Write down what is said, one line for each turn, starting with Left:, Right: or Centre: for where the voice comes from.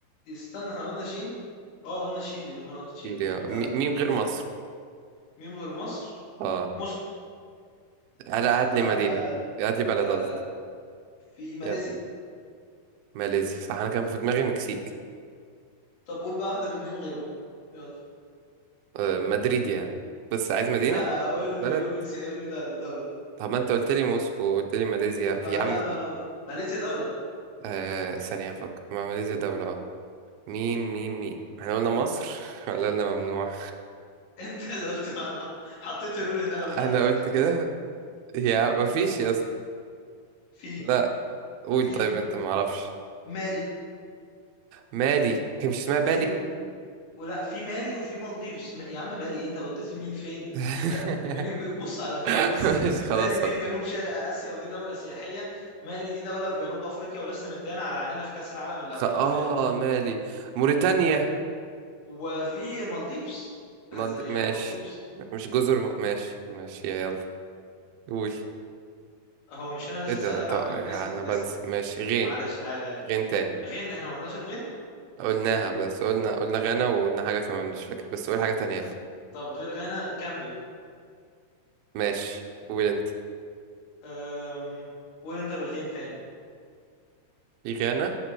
Left: استنى احنا قلنا شين اه قلنا تشيلي لما انا قلت تشيلي
Right: شيل يا
Left: وانت
Right: مي-
Left: قعدت تقولي
Right: ميم
Left: بالت
Right: غير مصر
Left: ميم غير مصر
Right: اه
Left: موسكو
Right: هلا هات
Left: لا
Right: لي مدينة
Left: آه
Right: هات لي بلد
Left: آه
Right: قصدي
Left: في ماليزيا
Right: يلا ماليزيا صح انا كان في دماغي مكسيك
Left: طب قول بقى واحدة بالميم غيرهم يلا
Right: آه مدريد يا عم بس عايز مدينة
Left: لا قول
Right: مش بلد
Left: لي قول لي سي- قول لي دولة دولة
Right: طب ما انت قلت لي موسكو وقلت لي ماليزيا
Left: ما
Right: في يا عم
Left: لا
Right: ثانية.
Left: ما ماليزيا دولة
Right: آه ثانية افكر ما ماليزيا دولة اه ميم ميم ميم احنا قلنا مصر <laughs> ولا قلنا ممنوع
Left: <laughs> انت اللي قلت معلومة حطيت الرول
Right: <laughs>
Left: ان قلبت
Right: انا
Left: عليك
Right: قلت كده يا ما فيش يا اسطى
Left: في
Right: لا قول
Left: في
Right: طيب انت ما اعرفش
Left: مالي
Right: مالي هي مش اسمها بالي
Left: وفي الم- ولا في مالي وفي مالديفز م- يا عم بالي ايه انت بديت في مين فين
Right: <laughs>
Left: آه، ب- منين بيبص على فين بص
Right: ماشي
Left: بالي
Right: خلاص
Left: دي في جنوب شرق اسيا ودي دولة سياحية مالي دي دولة في جنوب افريقيا ولسه مدانا على عينينا في كأس العالم اللي
Right: خ...
Left: قبل
Right: اه
Left: اللي فات
Right: مالي موريتانيا
Left: وفي مالديفز
Right: مالدي
Left: إز- يعني
Right: ماشي
Left: مالديفز
Right: مش جزر م- ماشي ماشي يا يلا قول
Left: هو مش انا لسه
Right: ايه ده
Left: سألك
Right: انت
Left: على
Right: آه،
Left: الميم اسأل
Right: انا بنسى
Left: اسأل
Right: ماشي غين
Left: معلش عادي عادي
Right: غين تاني
Left: غين احنا ما قلناش الغين
Right: قلناها بس قلنا قلنا غانا وقلنا حاجة كمان مش فاكر بس قول حاجة تانية يلا
Left: طب غير غانا جامبيا
Right: ماشي قول انت
Left: أم... قول انت بالغين تاني
Right: في غانا